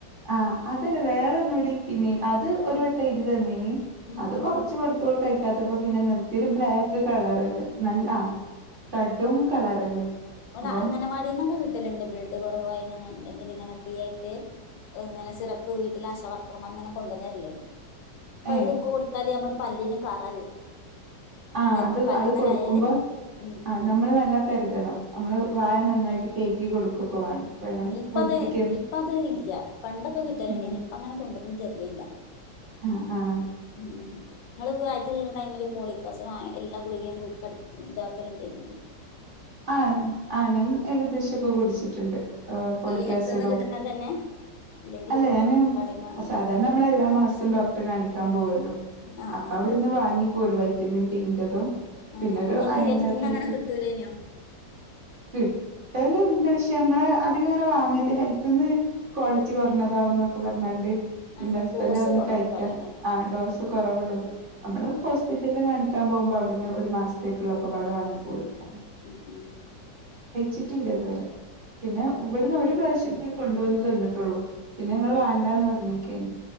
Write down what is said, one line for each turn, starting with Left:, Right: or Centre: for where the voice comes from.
Right: ആ അതല്ലേ വേറെന്നുംകൂടി പിന്നെ അത് ഒരു വട്ടം ഇത് തന്നീനി
Left: ഉം
Right: അത്
Left: ഉം
Right: കൊറച്ച് കൊടുത്തോളംകഴ <unintelligible> പിന്നെ നിർത്തിയരു ബ്ലാക്ക് കളറ് ഉണ്ട് നല്ല ആ
Left: ഉം
Right: കടൂം കളറല്ലേ
Left: ഇവിടെ
Right: അപ്പം
Left: അഗംനവാടിന്നൊക്കെ കിട്ടലുണ്ട് ബ്ളഡ് കുറവായി അങ്ങനെ ഉണ്ടെങ്കിൽ ഇങ്ങനെ ഫ്രീ ആയിട്ട് ഇങ്ങനെ സിറപ്പ് വീട്ടിൽ ആശ വർക്കർമാർ ഇങ്ങനെ കൊണ്ടുവന്നരില്ലുണ്ട് അപ്പംഅത്
Right: ഏഹ്
Left: കൊടുത്താല് അമ്മടെ പല്ലിന് <unintelligible>
Right: ആ
Left: മരുന്ന്
Right: അത്
Left: പല്ലുമ്മലായാല്
Right: അത് കൊടുക്കുമ്പോ
Left: ഉം
Right: ആ
Left: ഉം
Right: നമ്മള് നല്ല തരുതണം നമ്മള്
Left: ഉം
Right: വായ നന്നായിട്ട് കേക്കി കൊടുക്കു കൊക <unintelligible> വേണം വെള്ളം
Left: ഇപ്പ
Right: കുടിപ്പിക്കാൻ
Left: അത ഇപ്പ അത് ഇല്ല പണ്ടൊക്കെ കിട്ടലുണ്ട്
Right: ഇല്ല
Left: ഇനി ഇപ്പ അങ്ങനെ കൊണ്ടന്ന് തരിലില്ല
Right: ആഹ് ആഹ്
Left: ഉ ഞങ്ങള് വയറ്റുലുള്ള ടൈമില് പോളിക്ക്അ സിഡ്അയൺഎല്ലാ ഗുളികയും ഇതാക്കാലുണ്ടിരു
Right: ആ ആ ഞാൻ ഏകദേശൊക്കെ കുടിച്ചിട്ടുണ്ട് ഫോളിക്
Left: ഈ ഹെൽത്ത്ന്ന്
Right: ആസിഡോ,
Left: കിട്ടുന്നതന്നെ അല്ലെങ്കില്
Right: അല്ല
Left: ഇപ്പോ
Right: ഞാൻ
Left: കടേന്ന് വാങ്ങണോ
Right: സാധാരണ നമ്മള് എല്ലാ മാസവും ഡോക്ടറെ കാണിക്കാൻ പോവല്ലോ
Left: ആഹ്
Right: അപ്പൊ
Left: ആഹ്
Right: അവിടെന്ന്
Left: ആഹ്
Right: വാങ്ങിപ്പോരും ഒരു വൈറ്റമിൻഡീൻറ്റതൂംപിന്നെ
Left: ആഹ് അപ്പൊ
Right: ഒരു
Left: ഇങ്ങക്ക്
Right: അയൺ
Left: ഹെൽത്ത്ന്ന്
Right: ടാബ്ലറ്റ്
Left: അങ്ങനെ കിട്ടൂലേനോ
Right: കിട്ടലുണ്ട്ക്ഷെ നമ്മള് അധികം അങ്ങനെ വാങ്ങല് ഹെൽത്തിന്ന് ക്വാളിറ്റി കുറഞ്ഞതാവകുന്നൊക്കെ പറഞ്ഞാണ്ട്
Left: അയിന്
Right: എന്റെ ഹസ്ബൻറ്
Left: ഡോസ്
Right: അതൊന്ന്
Left: കൊറവും
Right: കഴിക്കാ
Left: പറയണേക്കാ
Right: ആ ഡോസ്
Left: ഉം
Right: കുറവുള്ളത് അമ്മള് ഹോസ്പിറ്റലില് കാണിക്കാൻ പോകുമ്പോ അവിടുന്ന് ഒരു മാസത്തേക്കുള്ള ഒക്കെപാട് വാങ്ങി പോരുന്നാണ്
Left: ഉം ഉം
Right: ചിട്ടിഇല്ല ഇതുവരെ പിന്നെ
Left: ഉം
Right: ഇവിടുന്ന് ഒരു പ്രാവശ്യത്ത് കൊണ്ട് വന്നു തന്നിട്ടുള്ളൂ പിന്നെ ഞങ്ങൾ
Left: ഉം
Right: വേണ്ടാന്ന് പറഞ്ഞിക്കെയിന്